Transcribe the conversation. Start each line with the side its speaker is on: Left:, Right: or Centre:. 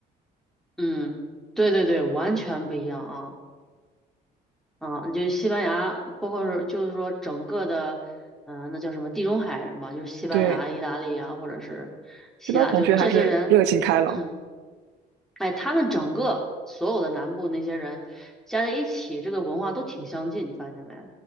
Centre: 嗯，对对对，完全不一样啊。嗯，就是西班牙，包括是就是说整个的，嗯、那叫什么地中海人吧，就是西班牙、
Right: 对，
Centre: 意大利啊，或者是希腊，
Right: 这边儿同学还是热情开朗。
Centre: 就这些人，<clears throat> 哎，他们整个所有的南部那些人加在一起，这个文化都挺相近，你发现没？